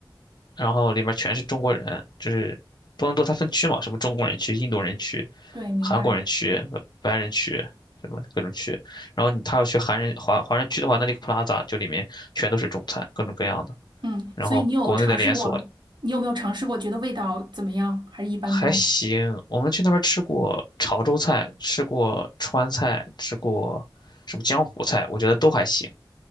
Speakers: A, on the left; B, on the right.
A: 然后里面全是中国人，就是多伦多它分区嘛，什么中国人区、印度人区、
B: 对，明白。
A: 韩国人区、呃白人区，什么各种区。然后你他要去韩人华华人区的话，那这个 Plaza 就里面全都是中餐，各种各样的。
B: 嗯，
A: 然后国内的连锁
B: 所以你有尝试过，你有没有尝试过，觉得味道怎么样，还是一般般？
A: 还行，我们去那边吃过潮州菜，吃过川菜，吃过什么江湖菜，我觉得都还行，